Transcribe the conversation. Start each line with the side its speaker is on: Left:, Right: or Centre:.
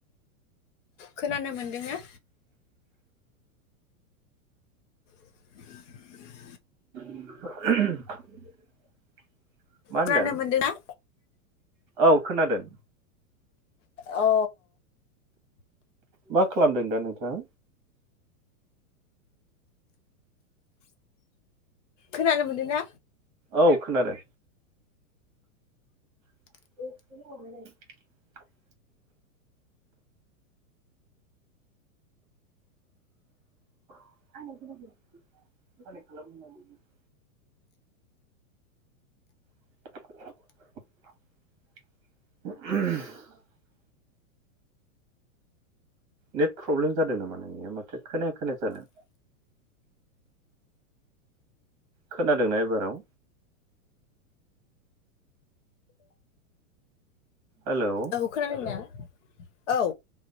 Left: खोनानो मोन्दों ना? <inaudible>
Right: <inaudible> होनदों
Left: खोनानो मोनदों ना?
Right: औ खोनादों।
Left: अ।
Right: मा खालामदों दा नोंथाङा?
Left: खोनानो मोनदों ना?
Right: औ खोनादों। <inaudible> <unintelligible> कानेक खालाम मोननांगौमोन। <inaudible> नेट प्रब्लेम जादों नामा नोंनिया माथो खोनाया खोनाया जादों। खोनादोंना एबाराव? हेलौ
Left: औ खोनादों ना? औ।